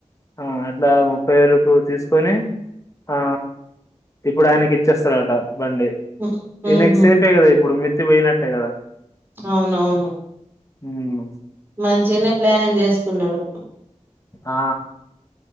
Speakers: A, on the left; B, on the right.
A: ఆ అట్లా ముప్పై వేలు కు తీసుకొని, ఆ ఇప్పుడు ఆయనకి ఇచ్చేస్తారట. బండి
B: ఉ-
A: దీని
B: ఉహు
A: ఎక్స్ ఐతే కదా ఇప్పుడు మి. తిట్టి ఓయినట్టే గదా.
B: అవునవును.
A: ఏమో.
B: మంచినే ప్లానింగ్ చేసుకున్నాడు.
A: ఆ.